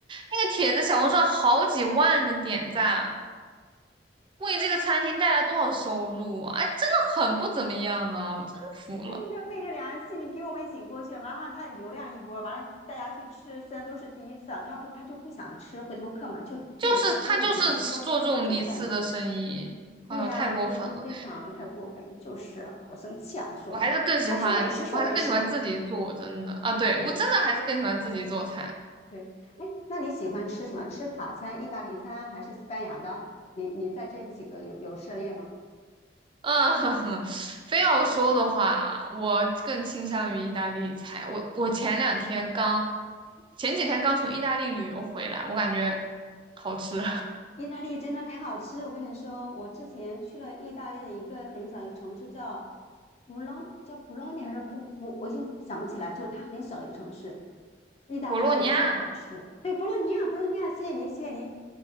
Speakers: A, on the right; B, on the left.
A: 那个帖子小红书上好几万的点赞，为这个餐厅带来多少收入啊！哎，真的很不怎么样啊，我真服了。
B: 但是你知道昧着良心，戏你给我们引过去了完了他流量一波，完了大家去吃，虽然都是第一次啊，他不他就不想吃回头客嘛，就就就割你们这一波韭菜嘛。
A: 就是他就是做这种一次的生意，
B: 对呀、
A: 哎呦，太过分了！
B: 啊就就非常太过分，就是啊好生气啊，说着。
A: 我还是更喜欢，
B: 那说美食，说美食。
A: 我还是更喜欢自己做，真的啊，对，
B: 对
A: 我真的还是更喜欢自己做菜。
B: 对，哎，那你喜欢吃什么？吃法餐、意大利餐还是西班牙的？你你在这几个有有涉猎吗？
A: 嗯，<laughs> 非要说的话，我更倾向于意大利菜。我我前两天刚，前几天刚从意大利旅游回来，我感觉好吃，
B: 意大利真的很好吃，我跟你说，我之前去了意大利的一个很小一个城市叫布朗，叫布朗尼还是布布，我已经想不起来，就是它很小的一个城市，
A: <laughs>
B: 意大利面巨好吃。
A: 博洛尼亚
B: 对，博洛尼亚，博洛尼亚，谢谢您，谢谢您。